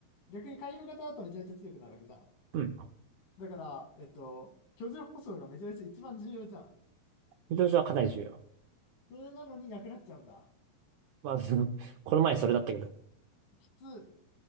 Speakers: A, on the left (about 60°); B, on the right (about 90°).
A: 逆に海洋型だとめちゃめちゃ強くなるわけじゃん。
B: うん。
A: だから、えっと、居住保障がめちゃめちゃ一番重要じゃん。
B: 居上症はかなり重要。
A: それなのになくなっちゃうんだ。
B: まあ、<laughs> そのこの前それだったけど。
A: きつ、